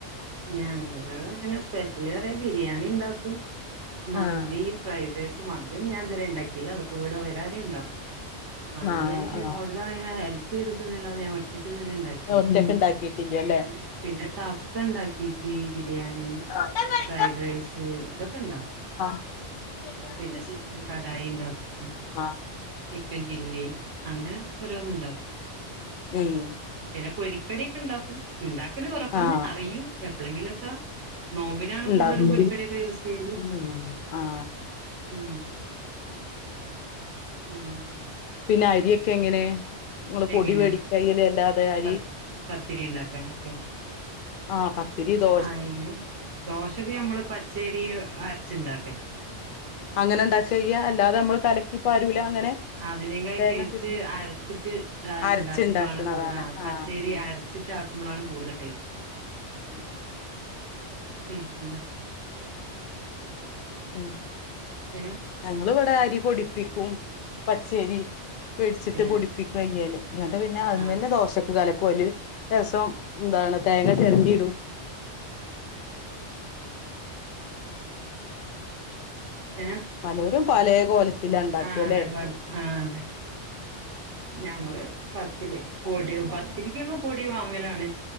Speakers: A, on the right; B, on the left.
A: ഞങ്ങള് അങ്ങനെ സ്പെഷ്യലറയാന് ബിരിയാണിണ്ടാക്കും. മന്തി
B: ആഹ്
A: ഫ്രൈഡ്രൈയ്സ് മന്തി ഒന്ന് ഞാൻ ഇതരെണ്ടാ ഇല്ല വെക്കുവ്ടെ വെരാരെണ്ടാക്കും. മന്തിയാന്
B: ആഹ് ആഹ്
A: ഓ <unintelligible> ഹെൽപ്പെയ്ത്ക്ക്ന്ന്ല്ലാതെ ഞാ ഒറ്റക്കിതരെണ്ടാ ട്ടില്ല
B: ഒറ്റക്ക് ഇണ്ടാക്കിട്ടില്ലല്ലേ
A: ആഹ് പിന്നെ കഫ്സ ഇണ്ടാക്കി. <unintelligible> ബിരിയാണി
B: ആഹ്
A: ഫ്രൈഡ് റൈസ് ഇതൊക്കെ ഇണ്ടാക്കും.
B: <inaudible>
A: പിന്നെ ചിക്കൻ കടായീണ്ടാക്കും
B: അഹ്
A: ചിക്കൻ ചില്ലി അങ്ങനെ ഓരോന്ന്ണ്ടാക്കും.
B: ഉം
A: പിന്നെ പൊരിക്കടിയൊക്കെണ്ടാക്കും ഇണ്ടാക്കല് കൊറവാണ്
B: ആഹ്
A: അറിയും. എപ്ലെങ്കിലൊക്ക നോമ്പിനാണ്
B: ഉണ്ടാക്കും
A: കൂടുതലും പൊരിക്കടിയൊക്കെ യൂസെയ്യല്.
B: ഉം ആഹ്
A: ഉം പിന്നെ എന്തെക്കെയ?
B: പിന്നെ അരിയക്കെ എങ്ങനെ? ഇങ്ങള് പൊടി
A: എങ്ങനെ
B: വേടിക്കാ ചെയ്യല്? അല്ലാതെ അരി
A: പ പത്തിരി ഉണ്ടാക്കാനൊക്കെയോ
B: ആഹ് പത്തിരി ഇതൊ
A: അയ്ന് ദോശക്ക് ഞമ്മള് പച്ചരി അരച്ച് ഇണ്ടാക്കല.
B: അങ്ങനെ ഇണ്ടാക്ക ചെയ്യ അല്ലാതെ നമ്മള് കലക്കിപ്പാരൂല അങ്ങനെ?
A: അതിനേക്കായിം
B: തേങ്ങക്കെ
A: ടേസ്റ്റ്
B: ഇട്ട്
A: അരച്ചിട്ട്
B: അരച്ചുണ്ടാക്കണതാണ്
A: ഇണ്ടാക്കുമ്പളാണ് കൂട ആഹ് ആ പച്ചേരി
B: ആഹ്
A: അര ച്ചിട്ട് ആക്കുമ്പളാണ് കൂടുതൽ ടേസ്റ്റ്
B: ഉം
A: പിന്നെന്ത?
B: ഉം
A: ഏ
B: ഞങ്ങള് ഇവടെ അരി പൊടിപ്പിക്കും പച്ചരി വേടിച്ചിട്ട്
A: ഏ
B: പൊടിപ്പിക്ക ചെയ്യല് എന്നിട്ട് പിന്നെ അത്
A: ആഹ്
B: ന്നന്നെ ദോഷ ക്ക് കലക്കും അയ്ല് ലേസം എന്താണ് തേങ്ങ ചെരണ്ടിയിടും
A: ഏ
B: പലോരും പലേ കോലത്തില ഇണ്ടാക്ക
A: ആ അതെ
B: ല്ലേ?
A: ആ അതെ ഞമ്മള് പത്തിരി പൊടി
B: ഉം
A: പത്തിരിക്കൊക്കെ പൊടി വാങ്ങലാണ്